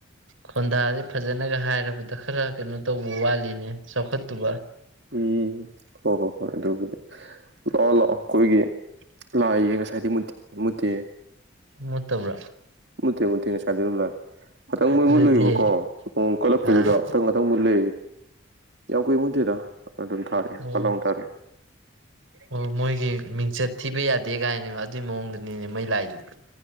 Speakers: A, on the right; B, on the right.
A: ꯈꯣꯟꯗꯥꯥꯖꯦ ꯐꯖꯅꯒ ꯍꯥꯏꯔꯕꯗ ꯈꯔ ꯀꯩꯅꯣ ꯇꯧꯕ ꯋꯥꯠꯂꯤꯅꯦ ꯆꯥꯎꯈꯠꯇꯨꯕ
B: ꯎꯝ ꯍꯣ ꯍꯣ ꯍꯣꯏ ꯑꯗꯨꯕꯨꯗꯤ ꯂꯥꯛꯑꯣ ꯂꯥꯛꯑꯣ ꯑꯩꯈꯣꯏꯒꯤ ꯂꯥꯛꯏꯌꯦ ꯉꯁꯥꯏꯗꯩ ꯃꯨꯠ ꯃꯨꯠꯇꯤꯌꯦ
A: ꯃꯨꯠꯇꯕ꯭ꯔꯥ
B: ꯃꯨꯠꯇꯦ ꯃꯨꯠꯇꯦ ꯉꯁꯥꯏꯗꯩ ꯑꯗꯨꯝ ꯂꯥꯛꯑꯦ ꯉꯥꯇꯪ ꯃꯩ
A: ꯑꯗꯨꯗꯤ
B: ꯃꯨꯠꯂꯨꯏꯦꯕꯀꯣ ꯅꯣꯡ ꯀꯠꯂꯛꯄꯩꯗꯨꯗ
A: ꯑꯥ
B: ꯉꯥꯇꯪ ꯉꯥꯇꯪ ꯃꯨꯠꯂꯦ ꯌꯥꯝ ꯀꯨꯏ ꯃꯨꯠꯇꯦꯗ ꯑꯗꯨꯝ ꯊꯥꯔꯛꯑꯦ ꯐꯠ
A: ꯑꯣ-
B: ꯂꯥꯎꯅ ꯊꯥꯔꯛꯑꯦ
A: ꯑꯣ ꯃꯣꯏꯒꯤ ꯃꯤꯡꯆꯠ ꯊꯤꯕ ꯌꯥ ꯗꯦ ꯀꯥꯏꯅꯦꯕ ꯑꯗꯨꯏ ꯃꯑꯣꯡꯗꯅꯤꯅꯦ ꯃꯩ ꯂꯥꯏꯗꯨꯗꯤ